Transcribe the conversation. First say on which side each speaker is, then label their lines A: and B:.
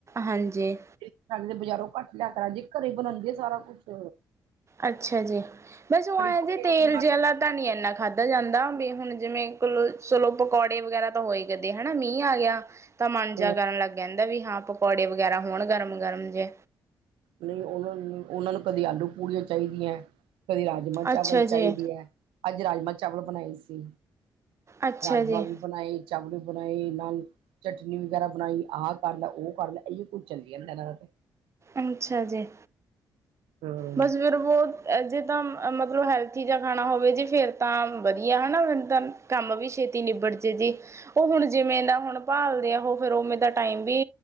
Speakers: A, on the right; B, on the right.
A: ਹਾਂਜੀ।
B: ਣੀ ਤਾ ਬਜ਼ਾਰੋਂ ਘੱਟ ਲਿਆਕੇ ਰਾਜੀ, ਘਰੇ ਬਣਾਂਦੀ ਆ ਸਾਰਾ ਕੁੱਛ।
A: ਅੱਛਾ ਜੀ, ਬਸ ਉਹ ਐਂ
B: ਪਕੜੀ
A: ਜੀ ਤੇਲ
B: ਮਾਰ
A: ਜੇ ਆਲਾ ਤਾਂ ਨਹੀਂ ਇੰਨਾ ਖਾ ਧਾ ਜਾਂਦਾ, ਵੀ ਹੁਣ ਜਿਵੇਂ ਕੋਲੋ, ਚਲੋ ਪਕੌੜੇ ਵਗੈਰਾ ਤਾਂ ਹੋਈ ਕਦੇ, ਹਨਾ ਮੀਂਹ ਆਗਿਆ ਤਾਂ ਮਨ ਜਾ
B: ਹੂੰ,
A: ਕਰਨ ਲੱਗ ਜਾਂਦਾ, ਵੀ ਹਾਂ ਪਕੌੜੇ ਵਗੈਰਾ ਹੋਣ ਗਰਮ-ਗਰਮ ਜੇ।
B: ਨਹੀਂ ਉਹਨਾਂ ਨੂੰ, ਉਹਨਾਂ ਨੂੰ ਕਦੇ ਆਲੂ-ਪੂੜੀਆਂ ਚਾਹੀਦੀਆਂ, ਕਦੇ ਰਾਜ ਰਾਜਮਾਂ-ਚਾਵਲ
A: ਅੱਛਾ
B: ਚਾਹੀਦੀ
A: ਜੀ,
B: ਐ, ਅੱਜ ਰਾਜਮਾਂ-ਚਾਵਲ ਬਣਾਏ ਸੀ।
A: ਅੱਛਾ
B: ਰਾਜਮਾਂ
A: ਜੀ,
B: ਵੀ ਬਣਾਏ, ਚਾਵਲ ਵੀ ਬਣਾਏ, ਨਾਲ ਚਟਨੀ ਵਗੈਰਾ ਬਣਾਈ ਆਹ ਕਰਲੈ, ਉਹ ਕਰਲੈ, ਐਈ ਕੁਝ ਚੱਲੀ ਜਾਂਦਾ ਇਹਨਾਂ ਦਾ ਤੇ।
A: ਅੱਛਾ ਜੀ।
B: ਹਮ
A: ਬਸ ਫਿਰ ਵੋ ਜੇ ਤਾਂ ਮਤਲਬ ਹੈਲਥ ਚਿਜਾ ਖਾਣਾ ਹੋਵੇ ਜੇ ਫੇਰ ਤਾਂ ਵਧੀਆ ਹਨਾ <unintelligible> ਕੰਮ ਵੀ ਛੇਤੀ ਨਿਬੜ ਜੇ ਜੀ ਤੋ ਹੁਣ ਜਿਵੇਂ ਦਾ ਹੁਣ ਭਾਲਦੇ ੲੈ ਓਹ ਫੇਰ ਓਵੇ ਦਾ ਟਾਈਮ ਵੀ